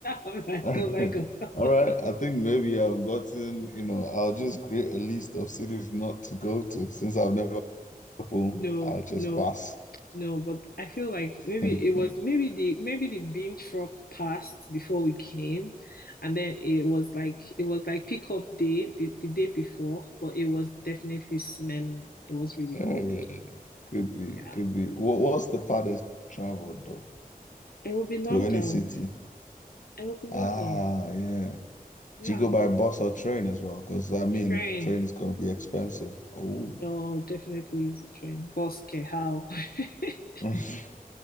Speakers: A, on the left; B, on the left.
A: am like,
B: <laughs>
A: oh my God. <laughs>
B: All right. I think maybe I've gotten, you know, I'll just create a list of cities not to go to since I've never been to Liverpool.
A: No,
B: I'll just
A: no.
B: pass.
A: No, but I feel like maybe
B: <laughs>
A: it was maybe the maybe the bean truck passed before we came, and then it was like it was like pickup day the, the day before, but it was definitely smelling. It was really
B: Yeah,
A: bad.
B: yeah. Could be,
A: Yeah.
B: could be. What, what's the farthest you traveled though
A: It will be London.
B: to any city?
A: It will be
B: Ah,
A: London.
B: yeah.
A: Yeah.
B: Do you go by bus or train as well? Because I mean,
A: Train.
B: train is gonna be expensive. Oh,
A: No, definitely is a train. Bus, okay, how? <laughs>
B: <laughs> so